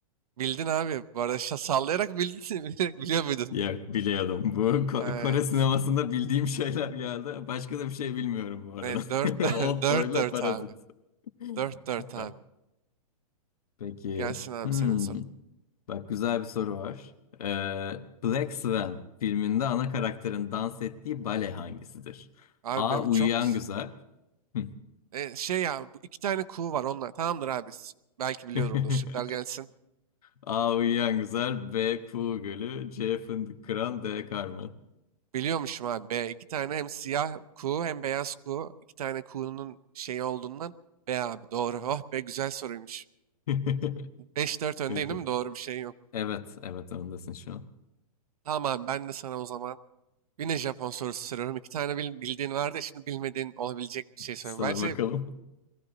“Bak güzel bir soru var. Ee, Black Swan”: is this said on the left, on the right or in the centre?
Left